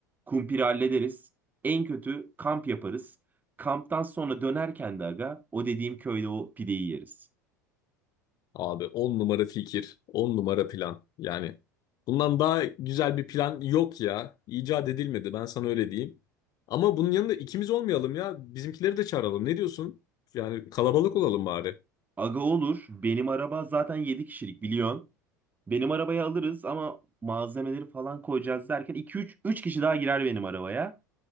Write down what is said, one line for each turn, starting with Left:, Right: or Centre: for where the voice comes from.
Right: Kumpiri hallederiz. En kötü kamp yaparız. Kamptan sonra dönerken de aga o dediğim köyde o pideyi yeriz.
Left: Abi 10 numara fikir, 10 numara plan. Yani bundan daha güzel bir plan yok ya. İcat edilmedi ben sana öyle diyeyim. Ama bunun yanında ikimiz olmayalım ya. Bizimkileri de çağıralım. Ne diyorsun? Yani kalabalık olalım bari.
Right: Aga olur benim araba zaten 7 kişilik biliyorsun. Benim arabayı alırız ama malzemeleri falan koyacağız derken iki üç üç kişi daha girer benim arabaya